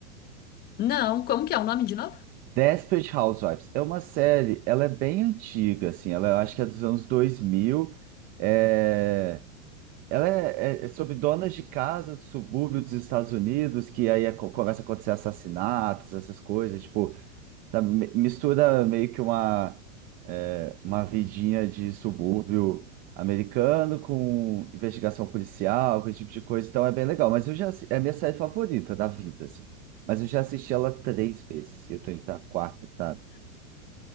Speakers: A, on the left; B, on the right.
A: Não, como que é o nome de novo?
B: Desperate Housewives é uma série, ela é bem antiga, assim, ela eu acho que é dos anos 2000. É... Ela é, é- é sobre donas de casa do subúrbio dos Estados Unidos, que aí é co- começa a acontecer assassinatos, essas coisas. Tipo, tá, mi- mistura meio que uma, é, uma vidinha de subúrbio americano com investigação policial, com esse tipo de coisa, então é bem legal. Mas eu já, assi- é a minha série favorita da vida, assim. Mas eu já assisti ela três vezes, eu tô indo pra quarta, sabe?